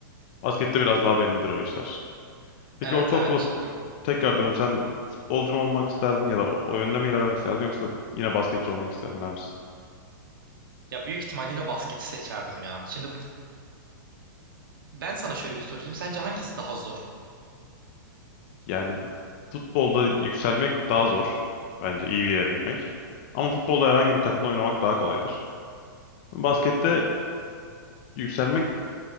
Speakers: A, on the left; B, on the right.
A: Baskette biraz daha bellidir o işler. Peki
B: evet
A: ortaokula
B: evet cidden.
A: tekrar dönsen futbolcu mu olmak isterdin ya da o o yönde mi ilerlemek isterdin yoksa yine basketçi olmak isterdim der misin?
B: Ya büyük ihtimal yine basketi seçerdim ya. Şimdi Ben sana şöyle bir soru sorayım. Sence hangisi daha zor?
A: Yani futbolda yükselmek daha zor. Bence iyi bir yere gitmek. Ama futbolda herhangi bir takımda oynamak daha kolaydır. Baskette yükselmek